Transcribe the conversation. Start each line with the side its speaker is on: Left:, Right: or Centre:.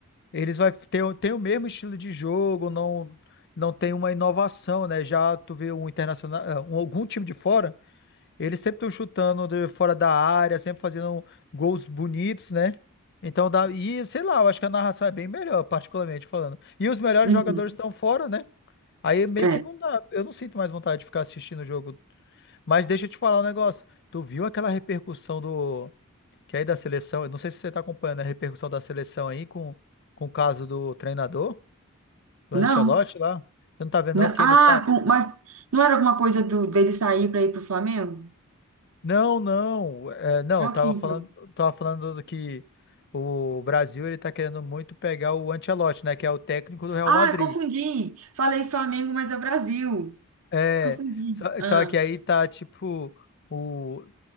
Left: eles vai ter, o- tem o mesmo estilo de jogo, não não tem uma inovação, né? Já tu vê um internacional, ah, um- algum time de fora eles sempre estão chutando de fora da área, sempre fazendo gols bonitos, né? Então dá. E sei lá, eu acho que a narração é bem melhor, particularmente falando. E os melhores
Right: Uhum.
Left: jogadores estão fora, né? Aí meio
Right: É.
Left: que não dá. Eu não sinto mais vontade de ficar assistindo o jogo. Mas deixa eu te falar um negócio. Tu viu aquela repercussão do. Que é aí da seleção. Eu não sei se você tá acompanhando a repercussão da seleção aí com, com o caso do treinador, do
Right: Não.
Left: Ancelotti lá. Você não tá vendo,
Right: Não.
Left: não, que
Right: Ah,
Left: ele tá.
Right: com- mas não era alguma coisa do, dele sair para ir pro Flamengo?
Left: Não, não, é, não,
Right: É o
Left: tava
Right: quê, então?
Left: falando, tava falando do que o Brasil ele tá querendo muito pegar o Ancelotti, né, que é o técnico do Real
Right: Ah,
Left: Madrid.
Right: confundi. Falei Flamengo, mas é Brasil.
Left: É,
Right: Confundi.
Left: só,
Right: Ah,
Left: só que aí tá tipo o,